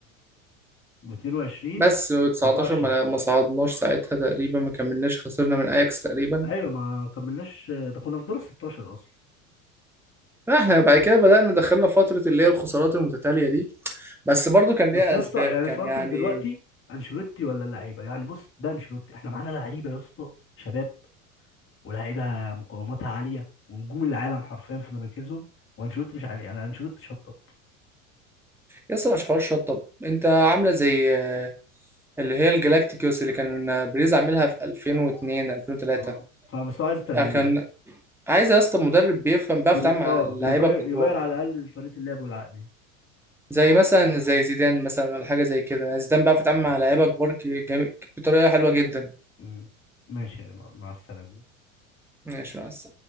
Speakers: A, on the left; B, in the centre.
A: و22
B: بس و19
A: و24
B: ما ما صعدناش ساعتها تقريبا ما كملناش خسرنا من اياكس تقريبا
A: ايوه ما كملناش ده كنا في دور ال 16 اصلا
B: احنا بعد كده بدأنا دخلنا فترة اللي هي الخسارات المتتالية دي بس برضو كان
A: بس
B: ليها
A: يا اسطى
B: اسباب
A: يعني
B: كان
A: الفرق
B: يعني
A: دلوقتي انشيلوتي ولا اللعيبه يعني بص ده انشيلوتي احنا معانا لعيبه يا اسطى شباب ولاعيبه مقاوماتها عاليه ونجوم العالم حرفيا في مراكزهم وانشيلوتي مش عارف يعني انشيلوتي شطب
B: يسطا مش حوار شطب انت عاملة زي آه، اللي هي الجلاكتيكوس اللي كان بريز عاملها في 2002 2003
A: اه فبس هو عايز تغيير
B: كان عايز يا اسطى مدرب بيفهم بيعرف
A: بي...
B: يتعامل مع
A: اه
B: اللعيبه
A: بيغير
B: الكبار
A: يغير على الاقل طريقه اللعب والعقليه
B: زي مثلا زي زيدان مثلا ولا حاجه زي كده يعني زيدان بيعرف يتعامل مع لعيبه كبار ك- جم- بطريقه حلوه جدا
A: مم. ماشي مع مع السلامه
B: ماشي بس